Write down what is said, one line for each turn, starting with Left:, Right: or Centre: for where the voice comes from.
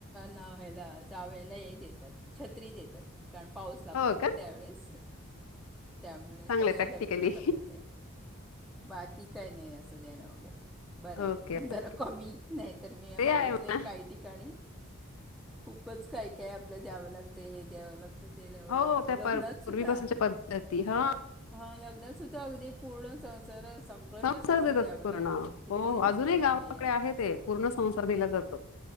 Centre: नाव्याला चाव्याला हे देतात छत्री देतात कारण पाऊस लागतो
Left: हो
Centre: ना
Left: का
Centre: त्यावेळेस त्यामुळे
Left: चांग
Centre: तशी
Left: प्रॅक्टिकली
Centre: आमच्यात पद्धत आहे बाकी काय नाही असं देणं वगैरे बरं
Left: ओके
Centre: आहे जरा
Left: ओके
Centre: कमी नाही तर मी
Left: ते
Centre: बघितलेय
Left: आहे म्हणा.
Centre: काही ठिकाणी खूपच काय काय आपल्या द्यावं लागतंय हे द्यावं लागतं तर ते ल्यावं
Left: हो
Centre: लागतं
Left: त्या
Centre: लग्नात
Left: पर-
Centre: सुद्धा
Left: पूर्वीपासूनच्या पद्धती हा
Centre: हा लग्नात सुद्धा अगदी पूर्ण सं जर सगळंच
Left: संसार
Centre: सगळं
Left: देतात
Centre: द्यावं
Left: पूर्ण
Centre: लागत किती
Left: हो
Centre: म्हणजे
Left: अजूनही गावाकडे
Centre: हे आहे
Left: ते पूर्ण संसार दिला जातो